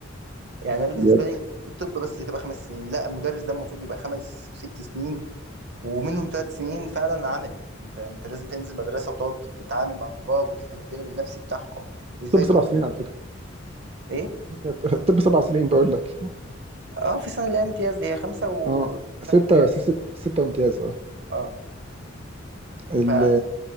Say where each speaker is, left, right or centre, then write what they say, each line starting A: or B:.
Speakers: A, on the right (about 60°); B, on the right (about 30°).
A: يعني انا بالنسبه
B: بجد
A: لي في الطب بس تبقى خمس سنين لا المدرس ده المفروض يبقى خمس وست سنين ومنهم ثلاث سنين فعلا عملي انت انت لازم تنزل مدرسه وتقعد تتعامل مع طلاب وتفهم الجانب النفسي بتاعهم وازاي
B: طب سبع
A: تقف
B: سنين على فكره
A: ايه
B: <laughs> طب سبع سنين بقول لك
A: اه في سنه اللي هي امتياز دي هي خمسه وسنه
B: اه ستة
A: امتياز
B: ستة ستة امتياز اه
A: اه
B: ال
A: فايا